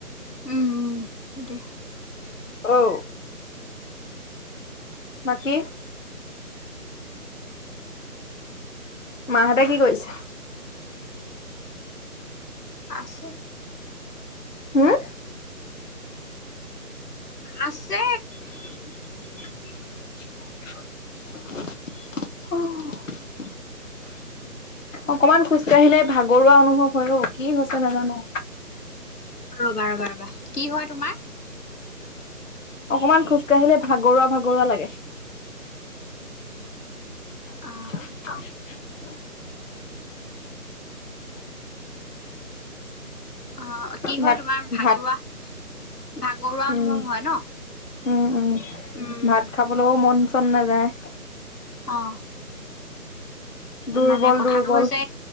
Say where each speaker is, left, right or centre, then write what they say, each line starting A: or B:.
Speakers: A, on the left; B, on the left.
A: উম উম সেইটোৱে
B: অ বাকী মাহঁতে কি কৰিছো
A: আছে
B: হম
A: আছে
B: <inaudible> অ অকমান খোজ কঢ়িলে ভাগৰুৱা অনুভৱ হয় অ কি হৈছে নাজানো
A: ৰবা ৰবা ৰবা কি হয় তোমাৰ
B: অকমান খোজকাাঢ়িলে ভাগৰুৱা ভাগৰুৱা লাগে <inaudible>
A: অ অ কি হয়
B: ভাত
A: তোমাৰ ভাগৰুৱা
B: ভাত
A: ভাগৰুৱা
B: উম
A: অনুভৱ হয় ন
B: উম উম
A: উম
B: ভাত খাবলৈও মন চন নাযায়
A: অঁ
B: দুৰ্বল
A: মানে কথাটো
B: দুৰ্বল
A: হৈছে